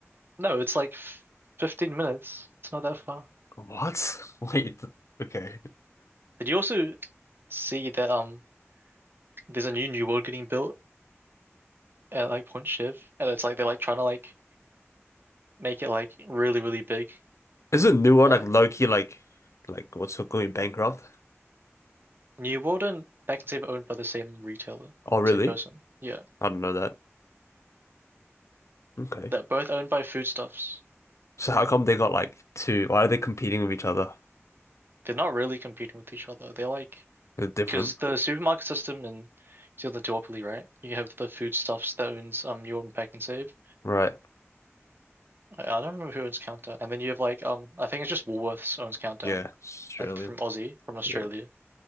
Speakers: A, on the right; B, on the left.
A: No, it's like f 15 minutes. It's not that far.
B: What? <laughs> Wait. Okay.
A: Did you also see that um there's a new New World getting built at like Point Shiv, and it's like they're like trying to like make it like really really big.
B: Isn't New One
A: Like
B: like low-key like like what's it going bankrupt?
A: New World and Back and Saber owned by the same retailer,
B: Oh really?
A: same person. Yeah,
B: I don't know that. Okay.
A: they're both owned by Foodstuffs.
B: So how come they got like two? Why are they competing with each other?
A: They're not really competing with each other. They're like
B: They're different.
A: because the supermarket system in it's the duopoly, right? You have the Foodstuffs that owns um New World and Back and Save.
B: Right.
A: I, I don't remember who owns Countdown, and then you have like um I think it's just Woolworths owns Countdown,
B: Yeah. Australian.
A: like from Aussie from Australia.
B: Yeah.